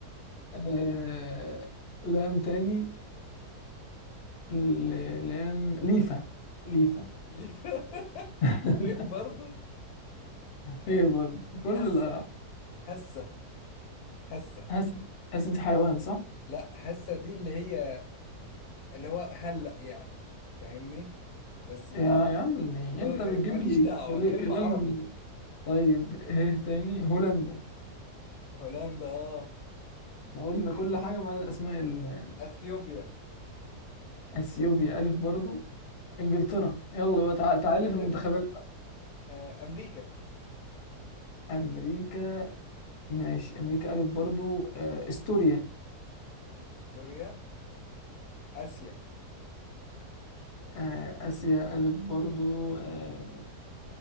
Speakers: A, on the left; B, on the left.
A: آه، لام تاني ال- لام ليفا ليفا
B: اللي ف... <laughs>
A: <laughs>
B: ايه برضه
A: ايه برضه كل
B: هسة
A: الأحرف
B: هسة هسة
A: حاسس حاسس انت حيوان صح؟
B: لا هسة دي اللي هي اللي هو هلأ يعني فاهمني بس بلغة
A: يا عمي انت
B: الخليج
A: بتجيب
B: ماليش
A: لي
B: دعوة
A: كل-
B: كلمة
A: كلام
B: عربي
A: طيب ايه تاني هولندا
B: هولندا اه
A: احنا قلنا
B: ماشي
A: كل حاجة ما عدا اسماء ال-
B: اثيوبيا
A: اثيوبيا الف برضو انجلترا يلا بقى تع- تعالي
B: الف
A: في المنتخبات
B: آه. امريكا
A: امريكا ماشي امريكا الف برضو آه، استوريا
B: استوريا اسيا
A: آه، اسيا الف برضو آه،